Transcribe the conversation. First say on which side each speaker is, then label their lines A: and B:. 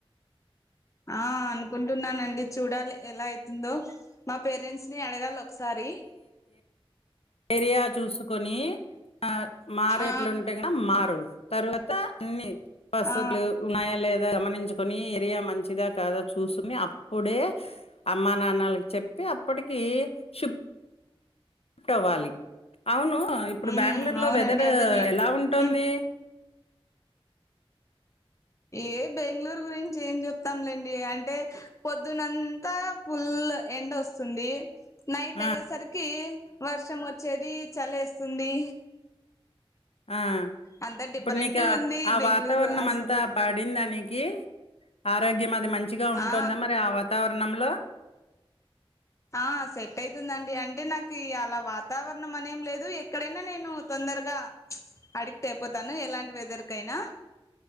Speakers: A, on the left; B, on the left.
A: ఆ అనుకుంటున్నానండి చూడాలి ఎలా అవుతుందో మా పేరెంట్స్ ని అడగాలి ఒకసారి
B: ఎరియా చూసుకొని ఆ మారేట్లుంటే
A: ఆ
B: గినా మారు తర్వాత అన్ని వసతులు
A: ఆ
B: ఉన్నాయా లే గమనించుకొని ఏరియా మంచిదా కాదా చూసుకుని అప్పుడే అమ్మా నాన్నకి చెప్ ప్పి అప్పటికి షిప్ ట్ అవ్వాలి అవును ఇప్పుడు
A: ఉమ్
B: బెంగళూరు
A: అవునండి
B: లో వెదర్
A: అదే నే
B: ఎలా ఉంటుంది
A: ఉమ్ ఏ బెంగళూరు గురించి ఏం చెప్తాంలేండి అంటే పొద్దునంతా పుల్ ల్ ఎండ వస్తుంది నైట్
B: ఆ
A: అయ్యేసరికి వర్షం వచ్చేది చలేస్తుంది
B: ఆ
A: అంత డిఫరెంట్
B: ఇప్పుడు నీకు
A: గా ఉంది
B: ఆ
A: బెంగళూరు
B: వాతావరణం
A: అసలు
B: అంతా పడిందానికి ఆరోగ్యం అది మంచిగా ఉంటుందా
A: ఆ
B: మరి ఆ వాతావరణంలో
A: ఆ సెట్ అయితుందండి అంటే నాకు అలా వాతావరణం అనేం లేదు ఎక్కడైనా నేను తొం దరగా అడిక్ట్ అయిపోతాను ఎలాంటి వెదర్ కైనా